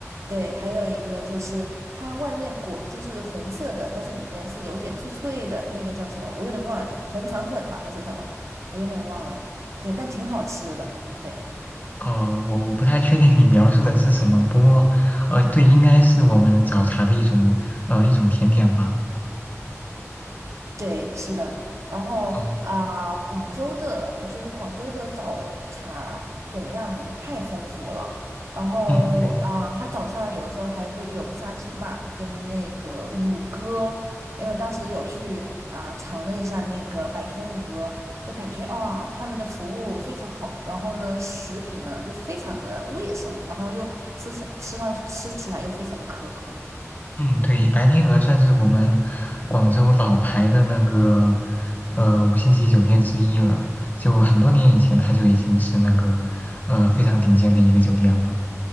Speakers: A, on the right; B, on the left.
A: 对，还有一个就是它外面裹就是红色的，但是里面是有点脆脆的，那个叫什么？我有点忘了，红肠粉嘛还是什么？我有点忘了。对，但挺好吃的，对。
B: 哦，我我不太确定你描述的是什么，不过，呃，对，应该是我们早茶的一种，呃，一种甜点吧。
A: 对，是的。然后啊、
B: 嗯
A: 广州的，我觉得广州的早茶种样太丰富了。然后啊、
B: 嗯，对。
A: 它早上有时候还会有沙琪玛跟那个乳鸽，因为我当时有去啊、尝了一下那个白天鹅，就感觉啊、他们的服务非常好。然后呢，食品呢就非常的卫生，然后又吃上吃上吃起来又非常的可口。
B: 嗯，对，白天鹅算是我们广州老牌的那个呃五星级酒店之一了，就很多年以前它就已经是那个呃非常顶尖的一个酒店了。